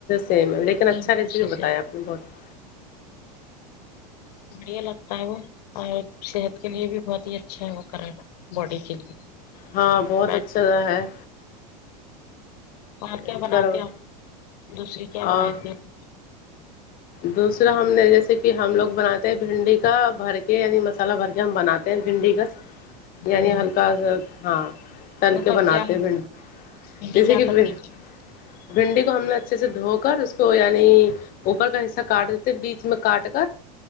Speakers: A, on the left; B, on the left.
A: سیم ہے لیکن اچھا
B: پروسیس
A: ریسیپی بتایا
B: ہے
A: آپ نے بہت
B: بڑھیا لگتا ہے وہ اور صحت کے لیے بھی بہت ہی اچھا ہے وہ کریلا باڈی کے لیے
A: ہاں بہت
B: بیٹ
A: اچھا ہے
B: اور کیا
A: یعنی
B: بناتے
A: کرو
B: ہو دوسری کیا
A: اور
B: بناتے ہو
A: دوسرا ہم نے جیسے کہ ہم لوگ بنے ہیں بھنڈی کا بھر کے یعنی مسالہ بھر کے ہم بناتے بھنڈی کاس یعنی
B: ہوں
A: ہلکا سا ہاں تل
B: مطلب
A: کے بناتے
B: کیا
A: ہیں بھنڈی
B: دیدی
A: جیسے
B: کیا
A: کی
B: کرتی
A: بہنڈ
B: تھی
A: بھنڈی کو ہم نے اچھے سے دھو کر اس کو یعنی اوپر کا حصہ کاٹ دیتے بیچھ میں کاٹ کر